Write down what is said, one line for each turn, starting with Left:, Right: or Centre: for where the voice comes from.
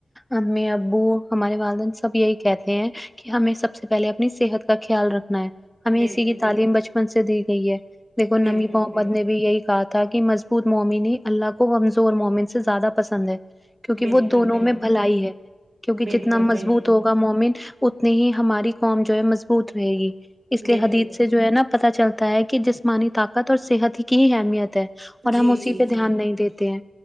Centre: امی ابو ہمارے والدن سب یہی کہتے ہیں کہ ہمیں سب سے پہلے اپنی صحت کا خیال رکھنا ہے ہمیں
Right: بالکل
Centre: اسی کی
Right: بالکل
Centre: تعلیم بچپن سے دی گئی ہے دیکھو
Right: بالکل
Centre: نمی محمد
Right: بالکل
Centre: نے بھی یہی کہا تکہ مضبوط مومنی اللہ کو کمزور مومن سے زیادہ پسند ہے کیونکہ
Right: بالکل
Centre: وہ دونوں
Right: بال
Centre: میں بھلائی ہے کیونکہ
Right: بالکل
Centre: جتنا مضبوط
Right: بالکل
Centre: ہو ہوگا مومن اتنی ہی ہماری قوم جو ہے مضبوط رہے گی اس
Right: بالکل
Centre: لیے حدیت سے جو ہے نا پتہ چلتا ہے کہ جسمانی طاقت اور صحت ہی کی اہمیت ہے اور ہم
Right: جی
Centre: اسی
Right: جی
Centre: پہ
Right: جی
Centre: دھیان نہیں دیتے ہیں